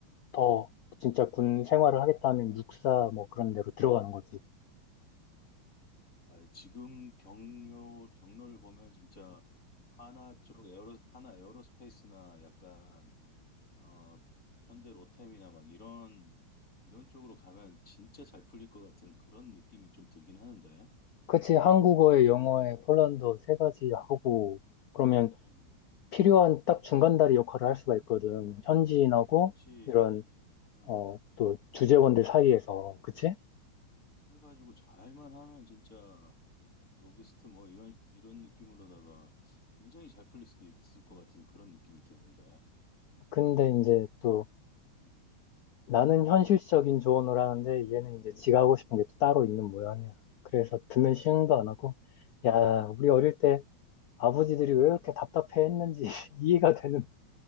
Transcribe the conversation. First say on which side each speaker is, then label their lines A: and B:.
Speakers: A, on the left (about 85°); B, on the left (about 40°).
A: 더 진짜 군 생활을 하겠다 하면 육사 뭐 그런 데로
B: 음.
A: 들어가는 거지.
B: 아, 지금 경로 경로를 보면 진짜 하나 쪽 에어로 하나 에어로스페이스나 약간 어 현대 로템이나 막 이런 이런 쪽으로 가면 진짜 잘 풀릴 것 같은 그런 느낌이 좀 들긴 하는데.
A: 그치,
B: 어.
A: 한국어에 영어에 폴란드어 세 가지 하고, 그러면
B: 음.
A: 필요한 딱 중간다리 역할을 할 수가 있거든. 현지인하고
B: 그렇지.
A: 이런,
B: 응.
A: 어, 또 주재원들 사이에서. 그치?
B: 해가지고 잘만 하면 진짜 로비스트 뭐 이런 이런 느낌으로다가 굉장히 잘 풀릴 수도 있을 것 같은 그런 느낌이 드는데.
A: 근데 이제 또
B: 음,
A: 나는 현실적인 조언을 하는데 얘는 이제 지가 하고
B: 음,
A: 싶은 게 또 따로 있는 모양이야. 그래서 듣는 시음도 안 하고, 야, 우리 어릴 때 아버지들이
B: 음.
A: 왜 이렇게 답답해했는지 <laughs> 이해가 되는